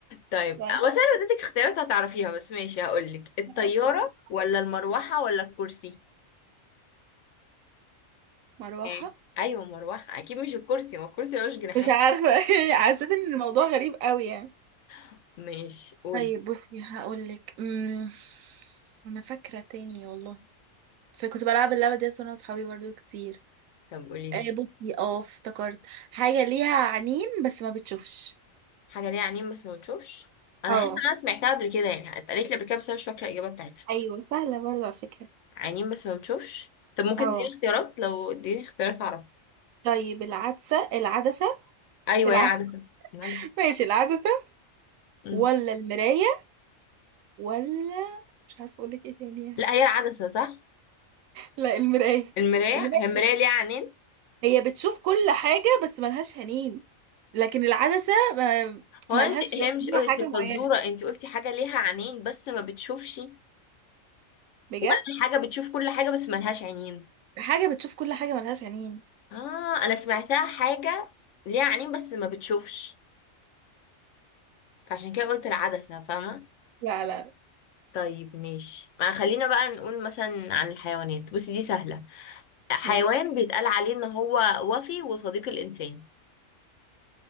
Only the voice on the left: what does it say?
طيب
هو انا لو اديتك اختيارات هتعرفيها بس ماشي هقولك الطيارة
ولا المروحة ولا الكرسي
ها. ايوه مروحة اكيد مش الكرسي ما الكرسي ملوش جناحات
<laughs> ماشي قولي
طب قولي لي
حاجة ليها عينين بس ما بتشوفش أنا
حاسة إن أنا سمعتها قبل كده يعني اتقالت لي قبل كده بس أنا مش فاكرة الإجابة بتاعتها
عينين بس ما بتشوفش طب ممكن
تديني اختيارات لو اديني اختيارات أعرف
أيوه
هي العدسة العدسة
مم.
لا هي العدسة صح
المراية
هي المراية ليها عينين
هو
انت- هي
مش قلت
في الفزورة
أنت قلتي حاجة ليها عينين بس ما بتشوفش
ولا حاجة بتشوف كل حاجة بس ملهاش عينين
آه أنا سمعتها حاجة ليها عينين بس ما بتشوفش فعشان كده قلت العدسة فاهمة
طيب ماشي ما خلينا بقى نقول مثلا عن الحيوانات بصي دي سهلة حيوان
بيتقال عليه ان هو وفي وصديق الانسان